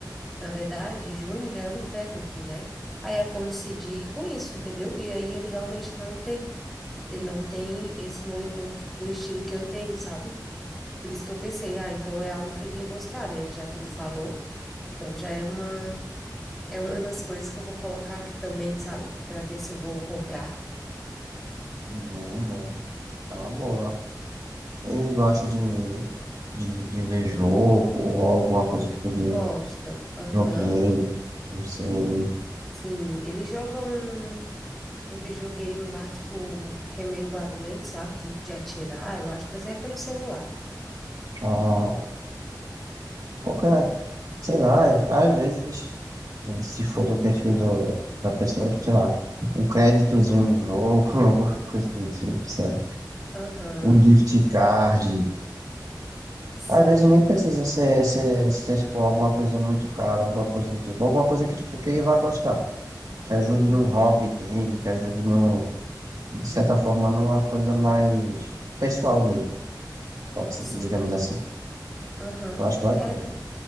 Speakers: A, in the centre; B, on the right.
A: na verdade, em junho já é o inverno aqui, né? Aí eu coincidi com isso, entendeu? E aí ele realmente não tem. Ele não tem esse moletom que- do estilo que eu tenho, sabe? Por isso que eu pensei: ah, então é algo que ele ia gostar, né? Já que ele falou. Então já é uma é uma das coisas que eu vou colocar aqui também, sabe? Para ver se eu vou comprar.
B: Sim, é verdade. Tá uma boa. Ele gosta de, de, de ver jogo ou alguma coisa tipo de
A: Gosta. Aham.
B: joguinho, não sei.
A: Sim, ele joga um, um videogame lá, tipo, que é meio barulhento, sabe? De, de atirar, eu acho, mas é pelo celular.
B: Ah, qualquer, sei lá, às vezes, se for do perfil do, da pessoa, tipo, sei lá, um créditozinho no jogo, <laughs> alguma coisa do tipo, sabe?
A: Aham.
B: Um gift card.
A: Sim.
B: Às vezes nem precisa ser, ser, ser tipo, alguma coisa muito cara, alguma coisa do tipo, alguma coisa que, tipo, que ele vai gostar. Que ajude
A: Uhum.
B: num hobby dele, que ajude num, de certa forma, numa coisa mais pessoal dele, pode ser,
A: Sim.
B: digamos assim.
A: Aham.
B: Eu acho bacana
A: É,